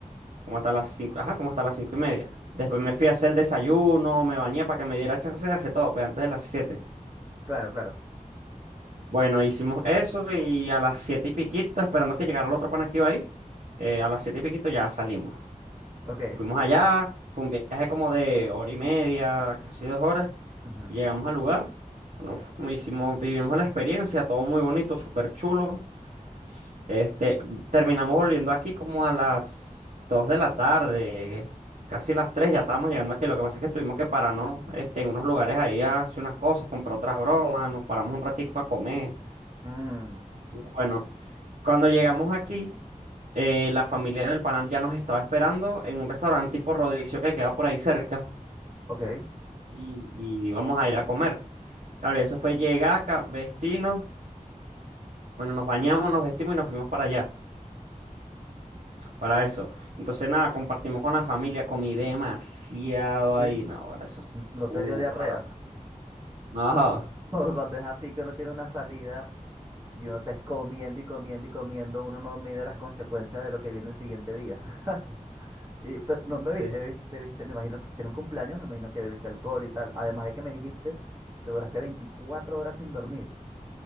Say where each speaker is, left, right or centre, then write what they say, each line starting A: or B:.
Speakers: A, on the right; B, on the right.
A: como hasta las cinco, ajá, como hasta las cinco y media. Después me fui a hacer el desayuno, me bañé para que me diera chance de hacer todo, pues antes de las siete.
B: Claro, claro.
A: Bueno, hicimos eso y a las siete y piquito, esperando que llegara el otro pana que iba ahí, eh, a las siete y piquito ya salimos.
B: Ok.
A: Fuimos allá, fue un viaje como de hora y media, casi dos horas,
B: ujú.
A: y llegamos al lugar. Bueno, fu- hicimos, vivimos la experiencia, todo muy bonito, súper chulo. Este, terminamos volviendo aquí como a las 2 de la tarde, casi las 3 ya estábamos llegando aquí. Lo que pasa es que tuvimos que pararnos, este, en unos lugares ahí a hacer unas cosas, comprar otras bromas, nos paramos un ratico a comer.
B: Mm,
A: Y bueno, cuando llegamos aquí, eh, la familia del panal ya nos estaba esperando en un restaurante tipo Rodicio que queda por ahí cerca
B: ok.
A: y, y vamos a ir a comer. Claro, y eso fue llegar acá, vestirnos, bueno, nos bañamos, nos vestimos y nos fuimos para allá. para eso. Entonces, nada, compartimos con la familia, comí demasiado
B: Sí.
A: ahí,
B: N-
A: no, ahora eso es...
B: No
A: Uh,
B: te dio diarrea.
A: para... No,
B: <laughs> O Cuando es así que uno tiene una salida y uno está comiendo y comiendo y comiendo, uno no mide las consecuencias de lo que viene el siguiente día. <laughs> Y, pero no me viste,
A: es-
B: bebiste, bebiste, me imagino que si era un cumpleaños, me imagino que bebiste alcohol y tal. Además de que me dijiste que duraste 24 horas sin dormir.